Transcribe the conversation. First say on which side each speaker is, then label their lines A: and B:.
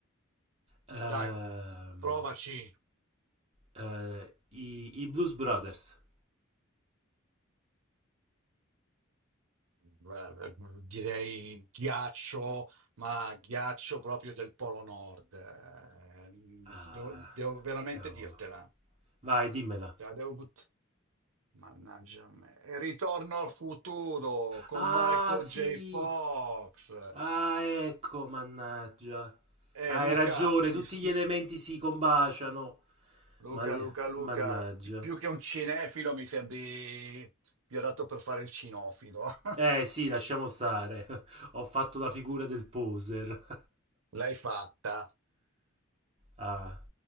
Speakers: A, on the right; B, on the right.
A: Ehm,
B: Dai, provaci.
A: eh, i, i Blues Brothers.
B: Beh, Direi ghiaccio, ma ghiaccio proprio del Polo Nord. Eh,
A: Ah,
B: Devo, devo veramente
A: cavolo.
B: dirtela.
A: Vai, dimmela.
B: Te la devo buttare. Mannaggia me. E Ritorno al futuro con
A: Ah,
B: Michael
A: sì.
B: J. Fox.
A: Ah, ecco, mannaggia.
B: Eh,
A: Hai
B: Luca,
A: ragione,
B: mi
A: tutti
B: s-
A: gli elementi si combaciano.
B: Luca,
A: Ma...
B: Luca, Luca,
A: Mannaggia.
B: pi- più che un cinefilo mi sembri più adatto per fare il cinofilo. <laughs>
A: Eh sì, lasciamo stare. <laughs> Ho fatto la figura del poser.
B: L'hai fatta.
A: <laughs> Ah.